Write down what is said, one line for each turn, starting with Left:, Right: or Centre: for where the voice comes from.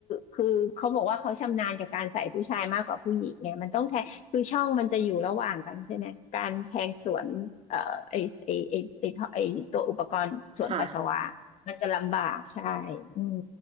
Left: คือเขาบอกว่าเขาชำนาญกับการใส่ผู้ชายมากกว่าผู้หญิงไงมันต้องแทงคือช่องมันจะอยู่ระหว่างกันใช่ไหมการแทงสวนเอ่อไอไอไอไอท่อไอตัวอุปกรณ์สวนปัสสาวะ
Right: ค่ะ
Left: มันจะลำบากใช่
Right: อืม
Left: อืม